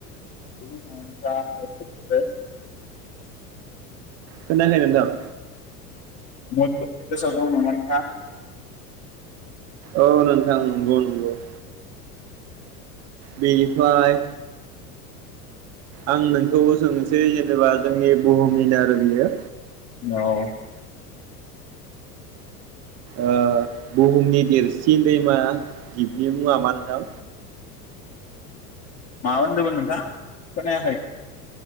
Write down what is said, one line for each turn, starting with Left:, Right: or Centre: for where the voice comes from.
Left: <unintelligible>
Right: खोनायाखै नोंथां ।
Left: मध्य <inaudible> प्रदेशाव <inaudible> दं नामा नोंथां ।
Right: औ नोंथां नंगौ नंगौ । बेनिफ्राय आं नोंखौबो सोंनोसै जेनेबा जोंनि बुहुमनिनो आरो बियो
Left: औ ।
Right: ओ बुहुमनि देरसिन दैमा दिबनि मुङा मा नोंथां?
Left: मा होनदोमोन नोंथां खोनायाखै?